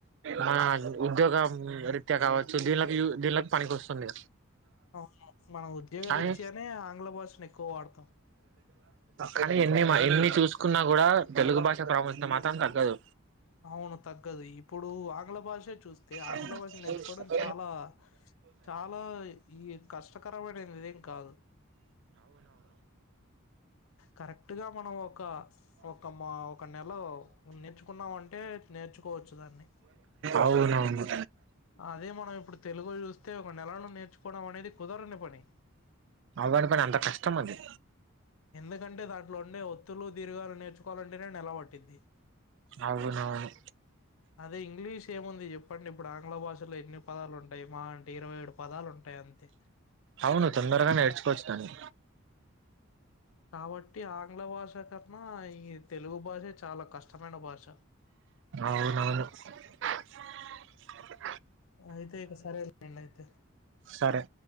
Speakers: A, on the right (about 55°); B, on the left (about 70°).
A: మ ఉద్యోగ రీత్యా కావచ్చు, దీనిలోకి దీనిలోకి పనికి వస్తుంది.
B: అవును మనం ఉద్యోగరీత్యానే
A: అన్
B: ఆంగ్ల భాషను ఎక్కువ వాడతాం
A: కానీ ఎన్ని మైల్ ని చూస్ కున్నా కూడా తెలుగు భాష ప్రభుత్వం మాత్రం తగ్గదు
B: అవును తగ్గదు ఇప్పుడు ఆంగ్ల భాషే చూస్తే ఆంగ్ల
A: అవునవును
B: భాష నేర్చుకోవడం చాలా చాలా ఈ కష్టకరమైనదిదేం కాదు. కరెక్ట్ గా మనం ఒక ఒక మా ఒక నెల నేర్చుకున్నామ అంటే నేర్చుకోవచ్చు దాన్ని.
A: అవునవును
B: అదే మనం ఇప్పుడు తెలుగు చూస్తే ఒ నెలలను నేర్చుకోవడం అనేది కుదరని పని.
A: అవ్వని పని అంత కష్టం అది
B: ఎందుకంటే దాంట్లో ఉండే ఒత్తులు దీర్ఘాలు నేర్చుకోవాలంటేనే నీలపట్టిద్ది
A: అవునవును
B: అదే ఇంగ్లీష్ ఏముంది చెప్పండి. ఇప్పుడు ఆంగ్ల భాషలో ఎన్ని పదాలు ఉంటాయి, మా అంటే ఇరవై ఏడు పదాలు ఉంటాయి అంతే.
A: అవును తొందరగా నేర్చుకోవచ్చు దాన్ని
B: కాబట్టి ఆంగ్ల భాష మా అయితే తెలుగు భాష చాలా కష్టమైన భాష
A: అవునవును <inaudible>
B: అయితే ఇక సరేండి అయితే
A: సరే